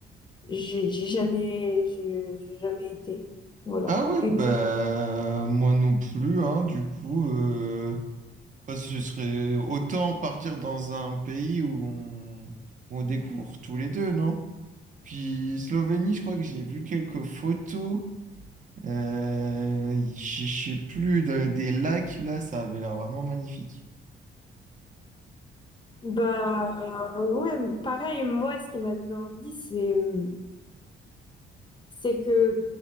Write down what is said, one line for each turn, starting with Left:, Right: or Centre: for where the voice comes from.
Left: j'ai j'ai jamais je- j'ai jamais été. Voilà.
Right: Ah ouais,
Left: Et
Right: bah
Left: toi
Right: moi non plus, hein, du coup, euh, parce que ce serait autant partir dans un pays où on, où on découvre tous les deux, non? Puis Slovénie, je crois que j'ai vu quelques photos. Euh, je je sais plus, de- des lacs, là, ça avait l'air vraiment magnifique.
Left: Bah euh, ouais, pareil, moi ce qui m'a donné envie, c'est euh, c'est que